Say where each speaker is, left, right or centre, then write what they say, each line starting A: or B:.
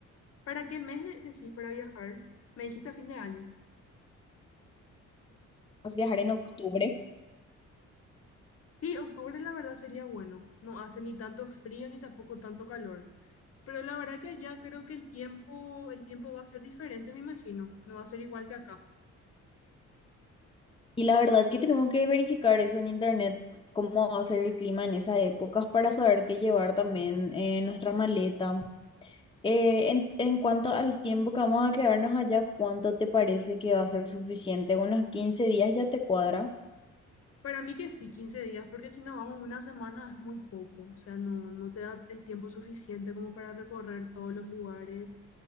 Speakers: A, on the left (about 50°); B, on the left (about 15°).
A: ¿Para qué mes de- decís para viajar? Me dijiste a fin de año.
B: Vamos a viajar en octubre.
A: Sí, octubre la verdad sería bueno. No hace ni tanto frío ni tampoco tanto calor. Pero la verdad que allá creo que el tiempo, el tiempo va a ser diferente, me imagino. No va a ser igual que acá.
B: Y la verdad que tenemos que verificar eso en internet, cómo va a ser el clima en esa época para saber qué llevar también eh, en nuestra maleta. Eh, en, en cuanto al tiempo que vamos a quedarnos allá, ¿cuánto te parece que va a ser suficiente? ¿Unos 15 días ya te cuadra?
A: Para mí que sí, 15 días, porque si nos vamos una semana es muy poco. O sea, no, no te da el tiempo suficiente como para recorrer todos los lugares